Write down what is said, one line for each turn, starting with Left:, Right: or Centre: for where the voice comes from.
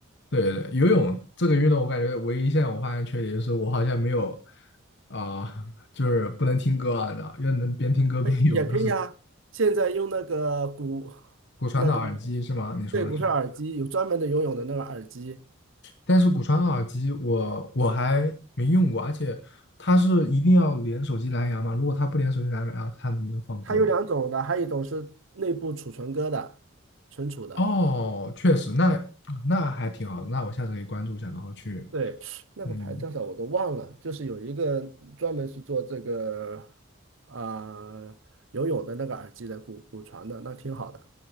Left: 对对对，游泳这个运动，我感觉唯一现在我发现缺点就是我好像没有啊、就是不能听歌啊，你知道，要能边听歌边游，
Right: 哎，也可以啊。
Left: 那是
Right: 现在用那个骨，
Left: 骨传导耳机是吗？
Right: 那个
Left: 你说的是？
Right: 对骨髓耳机，有专门的游泳的那个耳机，
Left: 但是骨传导耳机我我还没用过，而且它是一定要连手机蓝牙吗？如果它不连手机蓝牙，它能不能放歌呢？
Right: 它有两种的，还有一种是内部储存歌的，存储的。
Left: 哦，确实，那那还挺好的，那我下次可以关注一下，然后去，
Right: 对，那个牌叫啥我都忘了，
Left: 嗯
Right: 就是有一个专门是做这个啊、游泳的那个耳机的骨骨传的，那挺好的。